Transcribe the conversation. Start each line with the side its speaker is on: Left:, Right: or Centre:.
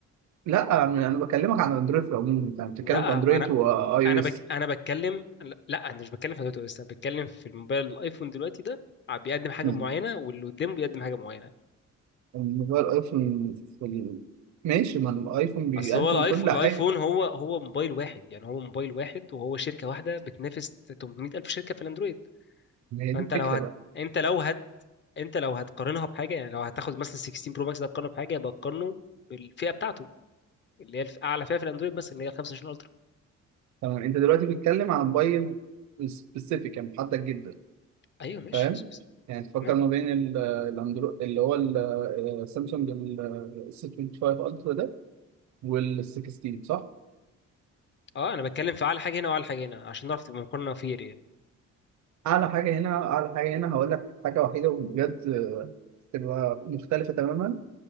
Right: لا انا أنا بكلمك عن اندرويد في العموم انت بتتكلم
Left: لا
Right: في اندرويد
Left: هو انا
Right: واي
Left: انا
Right: او اس
Left: بك... انا بتكلم لا لا، انا مش بتكلم في دلوقتي بس انا بتكلم في الموبايل الايفون دلوقتي ده ع- بيقدم حاجه
Right: مم.
Left: معينه واللي قدامه بيقدم حاجه معينه
Right: الموبايل ايفون في ال... ماشي ما الايفون بيقدم
Left: اصل هو الايفون
Right: كل حاجه
Left: الايفون هو هو موبايل واحد يعني هو موبايل واحد وهو شركه واحده بتنافس 800 الف شركه في الاندرويد
Right: ما هي
Left: فانت
Right: دي الفكره
Left: لو هت
Right: بقى
Left: انت لو هت انت لو هتقارنها بحاجه يعني لو هتاخد مثلا 16 برو ماكس ده تقارنه بحاجه يبقى تقارنه بالفئه بتاعته اللي هي الف- اعلى فئه في الاندرويد بس اللي هي 25 الترا
Right: تمام انت دلوقتي بتتكلم عن موبايل سبيسيفيك يعني محدد جدا
Left: ايوه ماشي
Right: فاهم يعني تفكر
Left: تمام
Right: ما بين ال- الاندرو اللي هو ال- سامسونج ال 625 الترا ده وال 16 صح
Left: اه انا بتكلم في اعلى حاجه هنا واعلى حاجه هنا عشان نعرف تبقى مقارنه فير يعني
Right: اعلى حاجه هنا اعلى حاجه هنا هقول لك حاجه وحيده وبجد تبقى مختلفه تماما